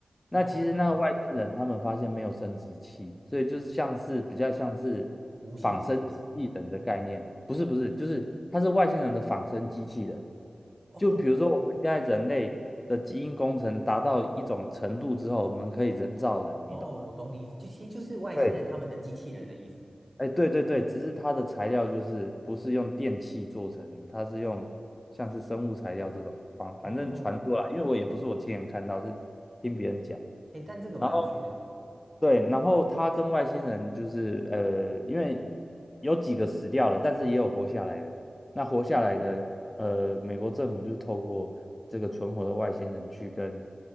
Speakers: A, on the left; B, on the right.
A: 那其实那个外星人他们发现没有生殖器，
B: 哦，
A: 所以就是像是比较像是
B: 无性生殖。
A: 仿生机器人的概念，不是不是，就是它是外星人的仿生机器人。
B: 哦
A: 就比如说我们现在人类的基因工程达到一种程度之后，我们可以人造人，
B: 哦，
A: 你懂吗？
B: 我懂你意思，就其实就是外星人他们的机器人的意思。
A: 对，哎，对对对，只是它的材料就是不是用电器做成的，它是用像是生物材料这种，反反正传出来，
B: 哦，
A: 因为我也不是我亲眼看到，是听别人讲。
B: 哎，但这个蛮有趣的。
A: 然后对，然后他跟外星人就是呃，因为有几个死掉了，但是也有活下来的。那活下来的，呃，美国政府就透过这个存活的外星人去跟